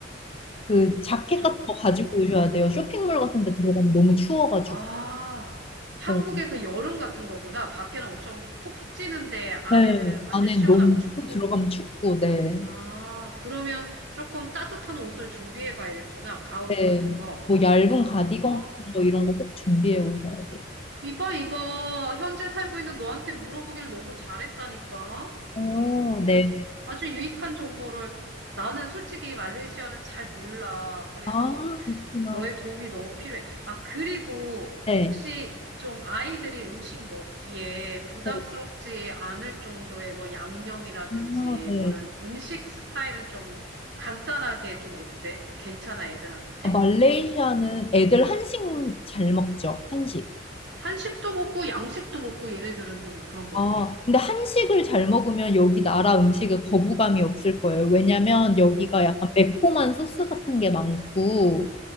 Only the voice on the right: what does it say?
저,
어?
아, 한국의
그 여름 같은 거구나. 밖에는 엄청 푹푹 찌는데 안에는
완전
시원하고
춥고.
아, 그러면 조금 따뜻한 옷을 준비해 가야겠구나. 가을옷
같은 거.
아,
이봐, 이봐. 현재 살고 있는 너한테 물어보기를 너무 잘했다니까.
이런
아주 유익한 정보를 나는 솔직히 말레이시아를 잘 몰라. 그래서
너의 도움이 너무 필요해. 아, 그리고
혹시 좀 아이들이 음식 먹기에 부담스럽지
않을 정도의 뭐 양념이라든지
뭐 이런 음식 스타일은 좀 간단하게 좀 어때? 괜찮아, 애들한테?
한식도 먹고 양식도 먹고 얘네들은 좀 그런 것
같아.